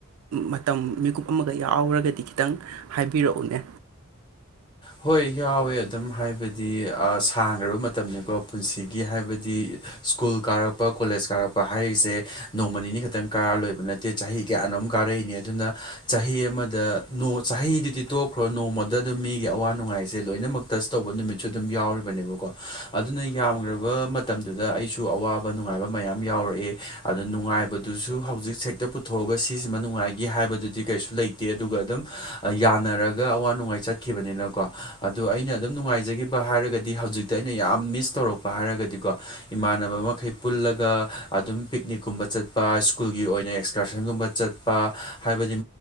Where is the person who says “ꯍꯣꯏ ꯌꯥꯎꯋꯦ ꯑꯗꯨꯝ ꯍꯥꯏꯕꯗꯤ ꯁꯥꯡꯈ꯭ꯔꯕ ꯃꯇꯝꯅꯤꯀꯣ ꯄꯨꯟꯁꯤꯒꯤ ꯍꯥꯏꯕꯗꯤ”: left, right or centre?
Left